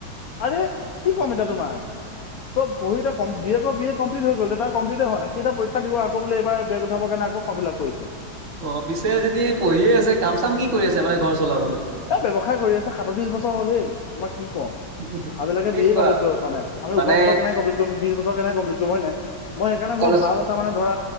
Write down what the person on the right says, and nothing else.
অ' পিছে যদি পঢ়িয়ে আছে কাম চাম কি কৰি আছে মানে ঘৰ চলাবলৈ।
কি
কোৱা
মানে
কলেজ